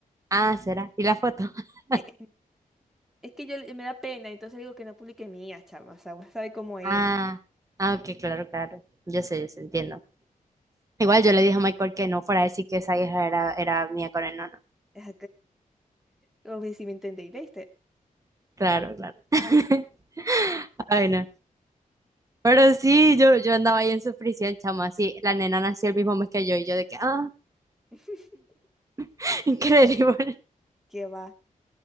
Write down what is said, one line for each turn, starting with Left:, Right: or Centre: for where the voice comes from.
Right: ah, ¿será? ¿Y la foto? <laughs>
Centre: Eh, eh, Es que yo me da pena, entonces digo que no publique mía, chama. O sea, vos sabés cómo es.
Right: Ah,
Centre: <laughs>
Right: ah, ok, claro, claro, yo sé, yo sé, entiendo. Igual yo le dije a Michael que no fuera a decir que esa hija era, era mía con él, no, no,
Centre: Es Como si me entendéis, ¿viste?
Right: claro, claro. <laughs> Ay, no. Pero sí, yo, yo andaba ahí en su prisión, chama, así, la nena nació el mismo mes que yo y yo de que, ah,
Centre: <laughs>
Right: <laughs> increíble.
Centre: ¿Qué va?